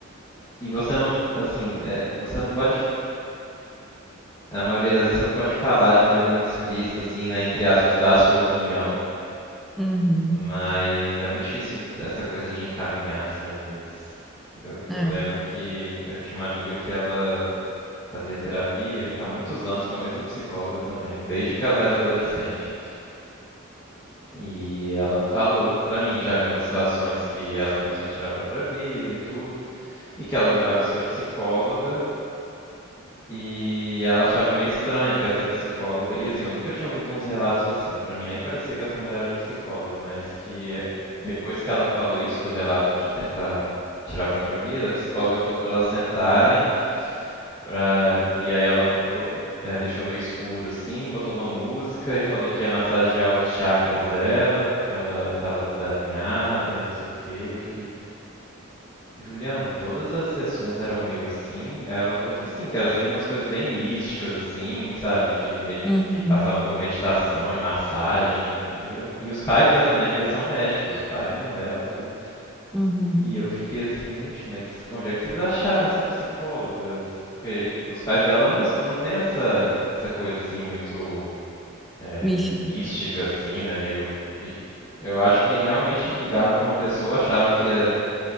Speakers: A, on the left (about 20°); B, in the centre.
A: e você não assim é, você não pode a maioria das vezes você não pode falar de maneira muito explícita assim, né? Entre aspas, dar a sua opinião,
B: Uhum.
A: mas é muito difícil essa coisa de encaminhar assim às vezes. Eu, eu
B: É.
A: lembro que eu tinha uma amiga que ela Fazia terapia há muitos anos com a mesma psicóloga também, desde que ela era adolescente. E ela falou pra mim já de umas situações que ela pensou em tirar a própria vida e tudo, e que ela levava isso pra psicóloga, e ela achava meio estranho que essa psicóloga, e assim, eu nunca tinha ouvido uns relatos assim, pra mim nem parecia que essa mulher era psicóloga, mas que depois que ela falou isso do relato de tentar tirar a própria vida, a psicóloga falou pra elas sentarem Pra... E aí ela bo- é, deixou meio escuro assim, botou uma música e falou que ia massagear os chakras dela porque ela tava desalinhada e não sei o quê. E eu fiquei, Juliana, todas as sessões eram meio assim? Aí ela falou que sim, que era sempre umas coisas bem místicas assim, sabe? De med-
B: Uhum.
A: que passava por meditação e massagem. E, eu- e os pais dessa minha amiga são médicos, o pai e a mãe dela e tudo.
B: Uhum.
A: E eu fiquei assim, gente, mas onde é que vocês acharam essa psicóloga? Porque os pais dela não, s- não tem essa, essa coisa assim muito é,
B: Místico.
A: mística, assim, né? Meio. E eu acho que realmente ligaram pra uma pessoa, acharam que ia,